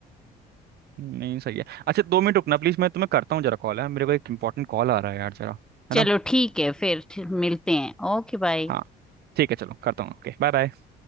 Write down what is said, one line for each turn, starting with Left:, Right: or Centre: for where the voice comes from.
Right: नहीं सही है अच्छा दो मिनट रुकना प्लीज़ मैं तुम्हें करता हूँ जरा कॉल है मेरे को एक इंपॉर्टेंट कॉल आ रहा है यार जरा है
Centre: चलो
Right: ना
Centre: ठीक है फिर फिर मिलते हैं ओके बाय
Right: हाँ ठीक है चलो करता हूँ ओके बाय बाय